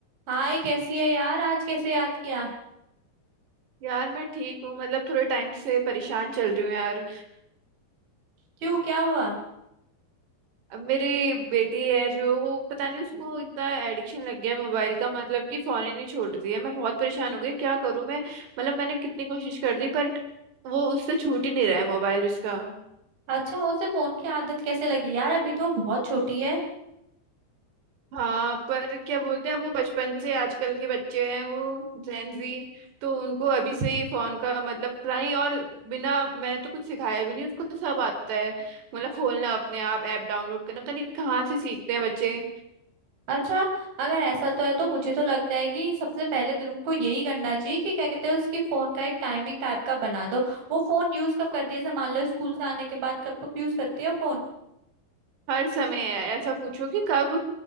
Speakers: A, on the right; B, on the right.
A: हाय कैसी है यार आज कैसे याद किया
B: यार मैं ठीक हूँ मतलब थोड़े टाइम से परेशान चल रही हूँ यार
A: क्यों क्या हुआ
B: अब मेरी बेटी है जो वो पता नहीं उसको इतना एडिक्शन लग गया है मोबाइल का मतलब कि फोन ही नहीं छोड़ती है मैं बहुत परेशान हो गई क्या करूँ मैं मतलब मैंने कितनी कोशिश कर दी पर वो उससे छूट ही नहीं रहा है मोबाइल उसका
A: अच्छा उसे फोन की आदत कैसे लगी यार अभी तो बहुत छोटी है
B: हाँ पर क्या बोलते हैं अब वो बचपन से आजकल के बच्चे हैं वो जेंजी तो उनको अभी से ही फोन का मतलब नहीं और बिना मैंने तो कुछ सिखाया भी नहीं उसको सब आता है मतलब खोलना अपने आप ऐप डाउनलोड करना पता नहीं कहाँ से सीखते हैं बच्चे
A: अच्छा अगर ऐसा तो है तो मुझे तो लगता है कि सबसे पहले तुमको यही करना चाहिए कि क्या कहते हैं उसकी फोन का एक टाइमिंग टाइप का बना दो वो फोन यूज कब करती है जैसे मान लो स्कूल से आने के बाद कब कब यूज करती है फोन
B: हर समय है ऐसा पूछो कि कब